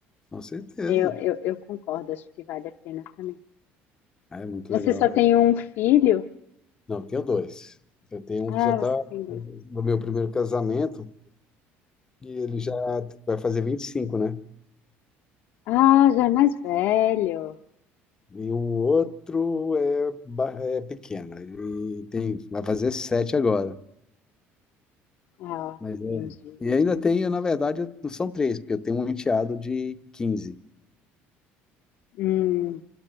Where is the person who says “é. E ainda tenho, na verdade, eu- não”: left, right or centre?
Left